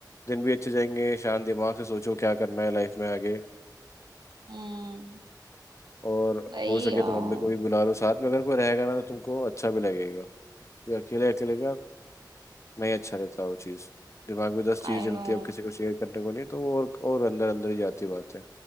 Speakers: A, on the left (about 40°); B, on the right (about 80°).
A: दिन भी अच्छे जाएंगे शांत दिमाग से सोचो क्या करना है लाइफ में आगे
B: हम्म,
A: और
B: वही
A: हो सके
B: यार
A: तो मम्मी को भी बुला लो साथ में अगर कोई रहेगा ना तो तुमको अच्छा भी लगेगा ये अकेले अकेले का नहीं अच्छा रहता वो चीज़ दिमाग में दस चीज़ें
B: आई
A: चलती
B: नो
A: है अब किसी को शेयर करने को नहीं तो वो और और अंदर अंदर ही जाती बात है